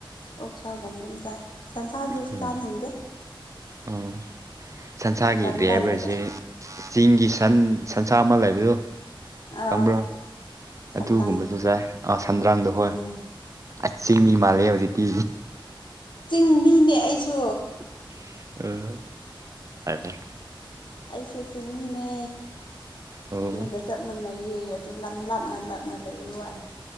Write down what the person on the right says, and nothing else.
ꯎꯝ
ꯑꯣ ꯁꯟꯁꯥꯒꯤ
ꯀꯔꯤ ꯍꯥꯏꯕ꯭ꯔꯥ ꯁꯤ ꯆꯤꯡꯒꯤ ꯁꯟ ꯁꯟꯁꯥ ꯑꯃ ꯂꯩꯕꯗꯨ
ꯈꯪꯕ꯭ꯔꯥ
ꯑꯗꯨꯒꯨꯝꯕꯁꯨ ꯆꯥꯏ ꯑꯥ ꯁꯟꯗ꯭ꯔꯥꯡꯗꯣ
ꯍꯣꯏ ꯑꯆꯤꯡꯒꯤ ꯃꯥꯂꯦ ꯍꯧꯖꯤꯛꯇꯤ
ꯎꯝ UNINTELLIGIBLE
ꯑꯣ